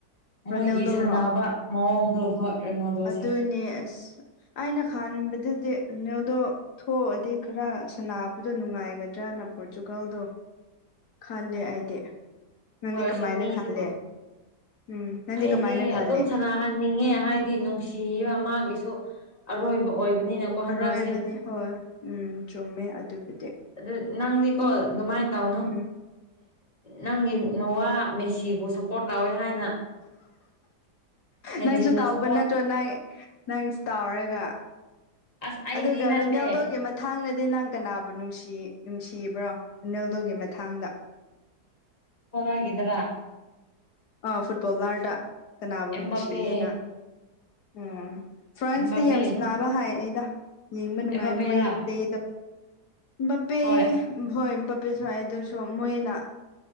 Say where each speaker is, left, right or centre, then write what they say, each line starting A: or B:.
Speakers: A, on the left; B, on the left.
A: ꯔꯣꯅꯦꯜꯗꯣꯔꯣ
B: ꯃꯣꯏꯒꯤ ꯁꯥꯟꯅꯕ ꯃꯣꯡꯒ ꯍꯣꯏ ꯔꯣꯅꯥꯜꯗꯣꯁꯦ
A: ꯑꯗꯨꯅꯦ ꯑꯁ ꯑꯩꯅ ꯈꯟꯕꯗꯗꯤ ꯔꯤꯅꯦꯜꯗꯣ ꯊꯣꯛꯑꯗꯤ ꯈꯔ ꯁꯕꯗꯣ ꯅꯨꯡꯉꯥꯏꯒꯗ꯭ꯔꯅ ꯄꯣꯔꯆꯨꯒꯥꯜꯗꯣ ꯈꯜꯂꯦ ꯑꯩꯗꯤ ꯅꯪꯗꯤ
B: ꯑꯣꯏꯔꯁꯨ
A: ꯀꯃꯥꯏꯅ
B: ꯃꯤꯁꯤꯀꯣ
A: ꯈꯜꯂꯦ ꯎꯝ ꯅꯪꯗꯤ
B: ꯑꯩꯗꯤ
A: ꯀꯃꯥꯏꯅ ꯈꯜꯂꯦ
B: ꯑꯗꯨꯝ ꯁꯥꯟꯅꯍꯟꯅꯤꯡꯉꯦ ꯍꯥꯏꯗꯤ ꯅꯨꯡꯁꯤꯕ ꯃꯥꯒꯤꯁꯨ ꯑꯔꯣꯏꯕ ꯑꯣꯏꯕꯅꯤꯅꯀꯣ
A: ꯍꯔꯣꯏꯕꯅꯤ
B: ꯍꯟꯗꯛꯁꯦ
A: ꯍꯣꯏ ꯎꯝ ꯇꯃꯦ ꯑꯗꯨꯕꯨꯗꯤ
B: ꯑꯗꯨ ꯅꯪꯗꯤꯀꯣ ꯑꯗꯨꯃꯥꯏꯅ ꯇꯧꯅꯣ
A: ꯎꯝ
B: ꯅꯪꯒꯤ ꯅꯋꯥ ꯃꯦꯁꯤ ꯀꯤꯕꯨ ꯁꯞꯄꯣꯔꯠ ꯇꯧꯋꯦ ꯍꯥꯏꯅ ꯍꯦꯟꯖꯤꯟꯅ
A: ꯅꯪꯁꯨ ꯇꯥꯎꯕ
B: ꯁꯞꯄꯣꯔꯠ
A: ꯅꯠꯇ꯭ꯔꯣ ꯅꯪ ꯅꯪꯁꯨ ꯇꯥꯎꯔꯒ
B: ꯑꯁ ꯑꯩꯗꯤ
A: ꯑꯗꯨꯒ
B: ꯅꯠꯇꯦ
A: ꯔꯨꯗꯦꯜꯗꯣꯒꯤ ꯃꯊꯥꯡꯅꯗꯤ ꯅꯪ ꯀꯅꯥꯕꯨ ꯅꯨꯡꯁꯤ ꯅꯨꯡꯁꯤꯕ꯭ꯔꯣ ꯑꯦꯅꯦꯜꯗꯨꯒꯤ ꯃꯇꯊꯥꯡꯗ
B: ꯍꯂꯒꯗꯔꯥ
A: ꯑꯥ ꯐꯨꯠꯕꯣꯜ ꯔꯗ ꯀꯅꯥꯕꯨ
B: ꯑꯦꯝꯕꯥꯄꯦ
A: ꯅꯨꯡꯁꯤꯌꯦꯦꯅ ꯎꯝ ꯐ꯭ꯔꯥꯟꯁꯇ
B: ꯑꯦꯝꯕꯥꯄꯦ
A: ꯌꯥꯝꯁ ꯅꯥꯕ ꯍꯥꯏ ꯑꯩꯗ ꯌꯦꯡꯕ ꯅꯨꯡꯉꯥꯏ
B: ꯑꯦꯝꯕꯥꯄꯦꯔꯥ
A: ꯃꯣꯏꯒꯤꯗ ꯕꯄꯦ
B: ꯍꯣꯏ
A: ꯍꯣꯏ ꯕꯄꯦꯁꯨ ꯍꯥꯏ ꯑꯗꯨꯁꯨ ꯃꯣꯏꯅ